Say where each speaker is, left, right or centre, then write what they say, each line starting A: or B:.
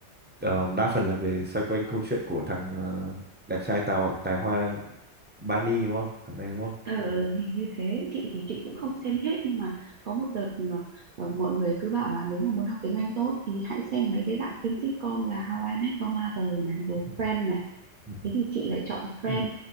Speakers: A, on the right; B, on the right.
A: ờ, đa phần là về xoay quanh câu chuyện của thằng ờ, đẹp trai tào tài hoa Bani đúng không thằng này đúng không
B: ờ ờ, hình như thế chị thì chị cũng không xem hết nhưng mà có một đợt mà, ờ, mọi người cứ bảo là nếu mà muốn học tiếng Anh tốt thì hãy xem mấy cái dạng phim sitcom là How I Met Your Mother này
A: <laughs>
B: rồi
A: ừ.
B: Friends này
A: Ừ.
B: thế thì chị lại chọn Friends
A: Ừ.